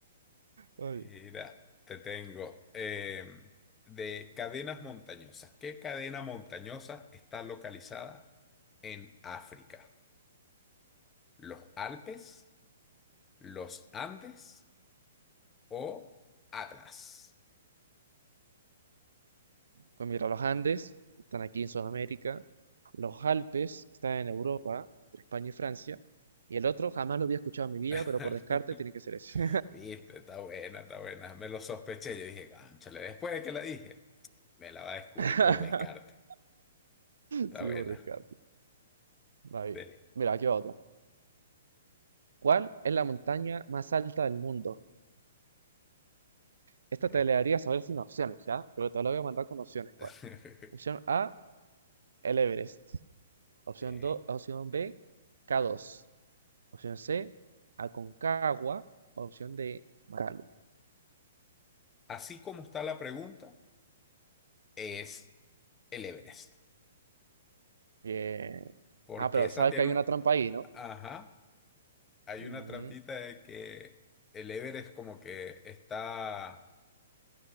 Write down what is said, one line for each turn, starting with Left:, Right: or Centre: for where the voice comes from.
Right: Ay.
Left: Mira, te tengo em, de cadenas montañosas. ¿Qué cadena montañosa está localizada en África? ¿Los Alpes, los Andes o Atlas?
Right: Pues mira, los Andes están aquí en Sudamérica, los Alpes están en Europa, entre España y Francia, y el otro jamás lo había escuchado en mi vida,
Left: <laughs>
Right: pero por descarte tiene que ser ese.
Left: Viste, está buena, está buena. Me lo sospeché. Yo dije, cónchale, después de que la dije, me la va a descubrir
Right: <laughs>
Left: por descarte. Está
Right: Sí,
Left: buena.
Right: por descarte. Va bien.
Left: Dele.
Right: Mira, aquí va otra. ¿Cuál es la montaña más alta del mundo? Esta
Left: Ok.
Right: te la debería saber sin opciones, ¿ya? Pero te la voy a mandar con opciones igual.
Left: <laughs>
Right: Opción A, el Everest. Opción
Left: Ok.
Right: 2, opción B, k dos. Opción C, Aconcagua. Opción D, Macalu.
Left: Así como está la pregunta, es el Everest.
Right: Bien.
Left: Porque
Right: Ah, pero
Left: esa
Right: sabes
Left: tiene
Right: que hay
Left: un...
Right: una trampa ahí, ¿no?
Left: Ajá, hay
Right: Ujú,
Left: una trampita de que el Everest como que está